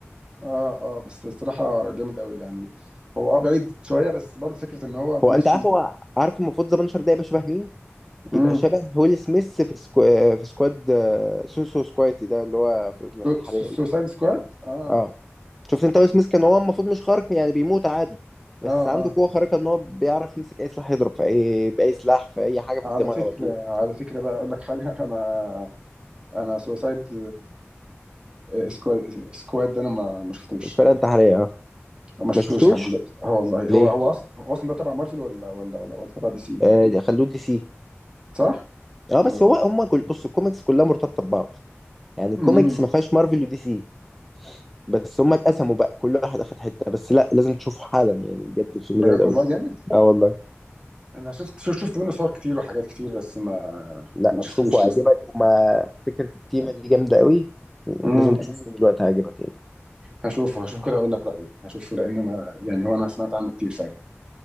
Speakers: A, on the right; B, in the centre.
A: اه اه بس الصراحه جامد قوي يعني هو اه بعيد شويه بس برضه فكره ان هو
B: هو
A: ماشي
B: انت عارف هو عارف المفروض ذا بنشر ده يبقى شبه مين؟
A: امم
B: يبقى شبه ويل سميث في سكو... في سكواد آه، سوسو سكواتي ده اللي هو في الانتحارية
A: سوسايد
B: ده.
A: سكواد اه
B: اه شفت انت ويل سميث كان هو المفروض مش خارق يعني بيموت عادي بس
A: اه
B: عنده
A: اه
B: قوة خارقة ان هو بيعرف يمسك اي سلاح يضرب في اي بأي سلاح في اي حاجة
A: على
B: في الدماغ
A: فكره
B: على طول
A: على فكره بقى اقول لك حاجه <laughs> انا انا سوسايد سكواد سكواد ده انا ما ما شفتوش
B: الفرقة انتحارية اه
A: ما شفتوش
B: ما شفتوش
A: لحد دلوقتي اه والله
B: ليه
A: هو هو اصلا هو اصلا ده تبع مارفل ولا ولا ولا ولا تبع دي سي
B: آه ده خلوه دي سي
A: صح؟
B: اه
A: م-
B: بس هو هم كل بص الكوميكس كلها مرتبطة ببعض يعني الكوميكس
A: امم
B: ما فيهاش مارفل ودي سي بس هم اتقسموا بقى كل واحد اخد حتة بس لا لازم تشوفه حالا يعني بجد الفيلم
A: بجد
B: جامد قوي
A: والله جامد
B: اه والله
A: انا شفت شفت شفت منه صور كتير وحاجات كتير بس ما
B: لا
A: ما شفتوش
B: شوفه هيعجبك
A: لسه
B: وما فكرة التيمة دي جامدة قوي لازم
A: امم
B: تشوفه دلوقتي هيعجبك يعني
A: هشوفه هشوف كده اقول لك رايي هشوفه لان انا يعني هو انا سمعت عنه كتير فعلا